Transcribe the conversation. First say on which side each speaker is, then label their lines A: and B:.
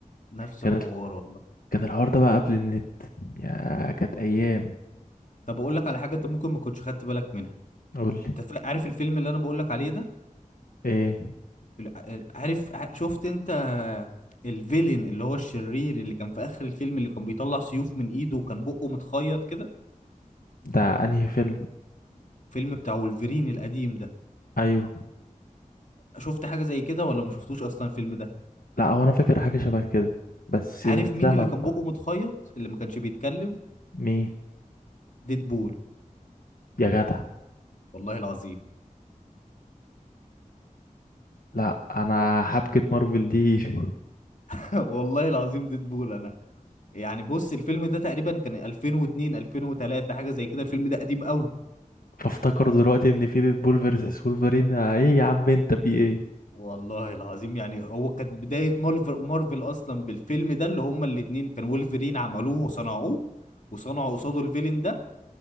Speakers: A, on the left; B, on the left.
A: نفس
B: كان
A: الحوار والله
B: كان الحوار ده بقى قبل النت يا كانت ايام
A: طب اقول لك على حاجه انت ممكن ما كنتش خدت بالك منها
B: قول لي
A: انت فا... عارف الفيلم اللي انا بقول لك عليه ده
B: ايه
A: ع- عارف ع- شفت انت الفيلن اللي هو الشرير اللي كان في اخر الفيلم اللي كان بيطلع سيوف من ايده وكان بقه متخيط كده
B: ده انهي فيلم
A: فيلم بتاع وولفرين القديم ده
B: ايوه
A: شفت حاجه زي كده ولا ما شفتوش اصلا الفيلم ده
B: لا هو انا فاكر حاجه شبه كده بس
A: عارف
B: من زمن
A: مين اللي كان بقه
B: بقى
A: متخيط اللي ما كانش بيتكلم
B: مين
A: ديدبول
B: يا جدع
A: والله العظيم
B: لا انا حبكه مارفل دي <laughs>
A: <laughs> والله العظيم ديدبول انا يعني بص الفيلم ده تقريبا كان 2002 2003 حاجه زي كده الفيلم ده قديم قوي
B: فافتكر دلوقتي ان في ديدبول فيرسس وولفرين ايه يا عم انت في ايه
A: والله العظيم يعني هو كان بداية مارفل مارفل أصلا بالفيلم ده اللي هما الاتنين كان وولفرين عملوه وصنعوه وصنعوا قصاده الفيلن ده